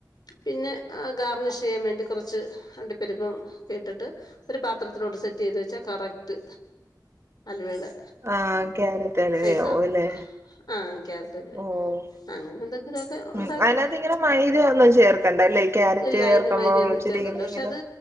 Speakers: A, on the left; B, on the right.
A: പിന്നെ ആ ഗാർണിഷ് ചെയ്യാൻ വേണ്ടി കൊറച്ച് അണ്ടിപ്പരുപ്പും ക്കേട്ടിട്ട് ഒരു പാത്രത്തിലോട്ട് സെറ്റ് ചെയ്ത് വെച്ച കറക്റ്റ് അൽവേടെ
B: ആഹ് ക്യാരറ്റ് അലുവയാവും
A: സൈസാവും
B: അല്ലേ
A: ആഹ് ക്യാരറ്റെന്നെ
B: ഓഹ്
A: അങ്ങനാണ് എന്തെങ്കിലൊക്കെ
B: ഉം
A: ഉണ്ടാക്കും
B: അതിനകത്ത് ഇങ്ങനെ മൈദയൊന്നും ചേർക്കണ്ടല്ലേ ക്യാരറ്റ്
A: ഇല്ല
B: ചേർക്കുമ്പോ
A: അയ്ന് മൈദ്യയൊന്നും
B: ഇച്ചിരി
A: ചേർക്കത്തില്ല
B: എന്തെങ്കിലും
A: പക്ഷെ അത്